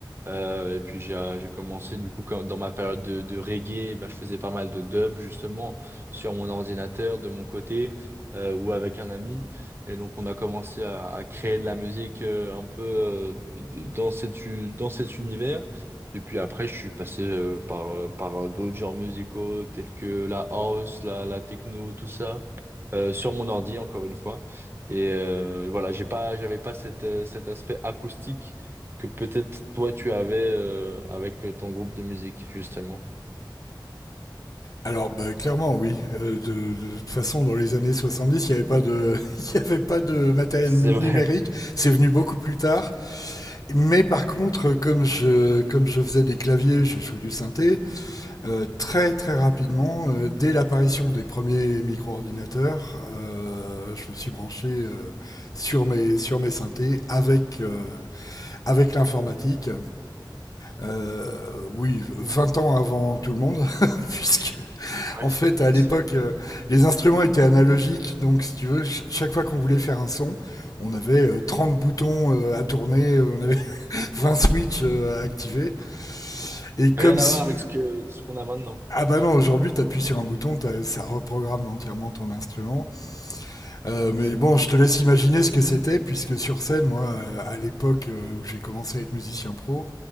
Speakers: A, on the right; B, on the left.
A: Euh, et puis j'ai euh, j'ai commencé du coup quand- dans ma période de, de reggae, ben, je faisais pas mal de dub justement sur mon ordinateur de mon côté euh, ou avec un ami. Et donc on a commencé à, à créer de la musique euh, un peu euh, de- dans cet, u- dans cet univers. Et puis après je suis passé euh, par, euh, par euh, d'autres genres musicaux tels que la house, la, la techno, tout ça euh, sur mon ordi encore une fois. Et euh, voilà, j'ai pas, j'avais pas cette, euh, cet aspect acoustique que peut-être toi tu avais euh, avec euh, ton groupe de musique, justement.
B: Alors, bah, clairement, oui. Euh, de, de toute façon, dans les années 70, il n'y avait pas de, <laughs> il y avait pas de matériel
A: C'est
B: mu- numérique.
A: vrai.
B: C'est venu beaucoup plus tard. Mais par contre, comme je, comme je faisais des claviers, je joue du synthé, euh, très très rapidement, euh, dès l'apparition des premiers micro-ordinateurs, euh, je me suis branché euh, sur, mes, sur mes synthés avec, euh, avec l'informatique. Euh, oui, 20 ans avant tout le monde, <laughs> puisque
A: Ouais.
B: en fait à
A: C'est-
B: l'époque, euh, les instruments étaient analogiques, donc si tu veux, ch- chaque fois qu'on voulait faire un son, on avait euh, 30 boutons euh, à tourner, euh, on avait 20 switches euh, à activer. Et comme
A: Rien
B: si...
A: à voir avec ce que ce qu'on a maintenant.
B: Ah bah non, aujourd'hui, t'appuies sur un bouton, t'as- ça reprogramme entièrement ton instrument. Euh, mais
A: C'est
B: bon, je te laisse imaginer ce que c'était, puisque sur scène, moi, euh, à l'époque euh, où j'ai commencé à être musicien pro,